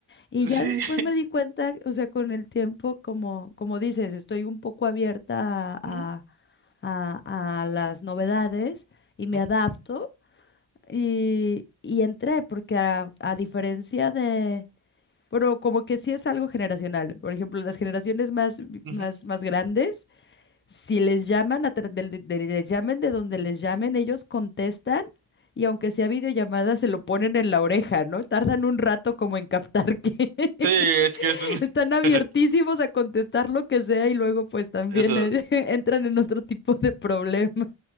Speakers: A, on the left; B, on the right.
A: Y
B: Sí.
A: ya después me di cuenta, o sea, con el tiempo, como, como dices, estoy un poco abierta a,
B: Ujú,
A: a- a las novedades y me
B: ujú,
A: adapto y, y entré, porque a, a diferencia de, pero como que sí es algo generacional. Por ejemplo, las generaciones más,
B: ujú.
A: más, más grandes si les llaman, a tra- del- de- de- les llamen de donde les llamen, ellos contestan y aunque sea videollamada, se lo ponen en la oreja, ¿no? Tardan un rato como en captar que <laughs>
B: Sí, es que es un-
A: están abiertísimos
B: <laughs>
A: a contestar lo que sea y luego pues también
B: Eso,
A: eh, <laughs> entran en otro tipo de problema.